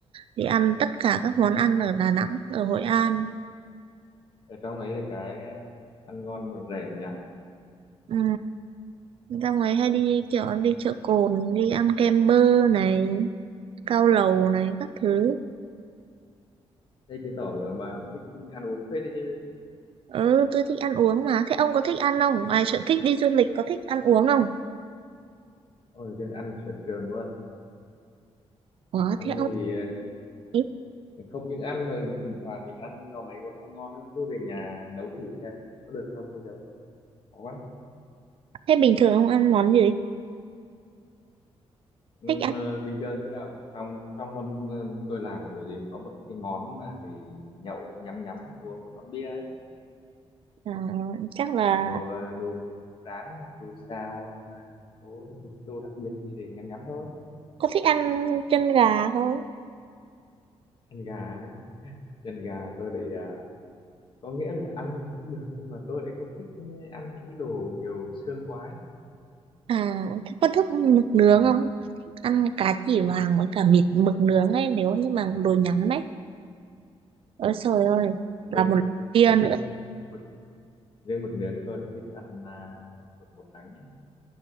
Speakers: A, on the right; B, on the left.
A: đi ăn tất cả
B: Ừ.
A: các món ăn ở Đà Nẵng, ở Hội An.
B: ở trong đấy được cái ăn ngon mà rẻ nhỉ
A: Ừ, ra ngoài hay đi kiểu đi chợ Cồn, đi ăn kem bơ này, cao lầu này, các thứ.
B: Thế chứng tỏ là bà cũng thích ăn uống phết đấy chứ.
A: Ừ, tôi thích ăn uống mà. Thế ông có thích ăn không? Ngoài sở thích đi du lịch có thích ăn uống không?
B: Ôi, riêng ăn sở trường luôn.
A: Có,
B: Ăn
A: thế
B: thì
A: ông ấy-
B: ờ, không những ăn mà thỉnh thoảng mình ăn có mấy món ngon ngon nữa. Cứ về nhà nấu thử xem có được không, có giống không. Khó quá.
A: Thế bình thường ông ăn món gì?
B: Ừ,
A: Thích ăn
B: ờ, bình thường khi nào trong trong mâm ờ, tôi làm kiểu gì cũng có một cái món mà để nhậu nhắm nhắm uống một lon bia ấy.
A: à, chắc là
B: Kiểu đồ ờ, đồ rán hoặc đồ xào hoặc là một số một đồ đặc biệt gì để nhắm nhắm thôi.
A: có thích ăn chân gà không? Ừ.
B: Chân gà, chân gà tôi để à, có nghĩa là ăn thì cũng được nhưng mà tôi lại không thích ăn những đồ nhiều xương quá ấy.
A: À, thế có thích mực nướng
B: ờ,
A: không? Ăn cá chỉ vàng
B: ờ,
A: với cả mịt mực nướng ấy nếu như mà đồ nhắm ấy. Ôi trời ơi,
B: riêng
A: là một kia
B: riêng
A: nữa
B: mực mực riêng mực nướng thì tôi lại thích ăn à, mực một nắng nhé